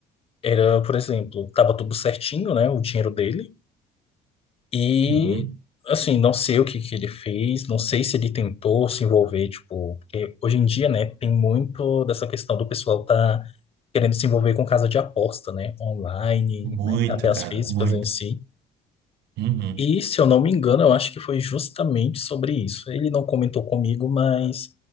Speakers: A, on the left; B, on the right.
A: Era, por exemplo, tava tudo certinho, né? O dinheiro dele. E,
B: Uhum.
A: assim, não sei o que que ele fez, não sei se ele tentou se envolver, tipo, porque hoje em dia, né, tem muito dessa questão do pessoal tá querendo se envolver com casa de aposta, né? Online,
B: Muito,
A: né? Até as
B: cara.
A: físicas
B: Muito.
A: em si.
B: Uhum.
A: E, se eu não me engano, eu acho que foi justamente sobre isso. Ele não comentou comigo, mas